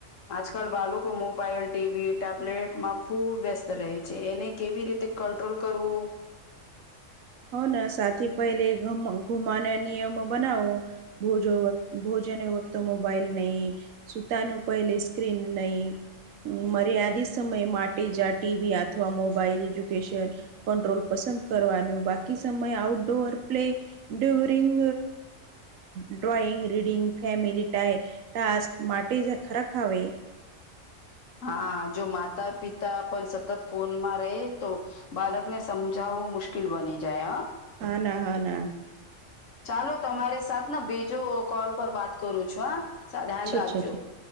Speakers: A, on the left; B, on the right.
A: આજકાલ બાળકો મો મોબાઈલ ટીવી ટેબ્લેટમાં ખુબ વ્યસ્ત રહે છે એને કેવી રીતે કંટ્રોલ કરવું.
B: હો સાથી પહેલે ઘુમાના નિયમો બનાવો. ભોજો ભોજન વત મોબાાઈલ નહીં. સુતાનું પહેલી સ્ક્રીન નહી. મર્યાદિત સમય માટે જ ટીવી અથવા મોબાઈલ એજ્યુકેશન કંટ્રોલ પસંદ કરવાનું બાકી સમય outdoor play during drawing reading family time task માટે જ ખરાખ આવે
A: હા જો માતા પિતા પણ સતત ફોનમાં રહે તો બાલકને સમજાવવું મુશ્કેલ બની જાય હ
B: હા ના હા ના.
A: ચાલો તમારી સાથે ને બીજો કોલ પર વાત કરું છું હા. અચ્છા ધ્યાન રાખજો
B: અચ્છા ઠીક